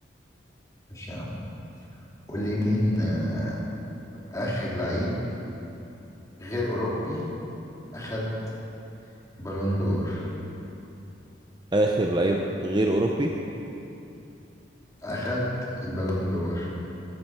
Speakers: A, on the left; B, on the right.
A: ماشي يا عم قول لي مين آه، آخر لعيب غير أوروبي أخد بالون دور
B: اخر لعيب غير اوروبي
A: أخد البالون دور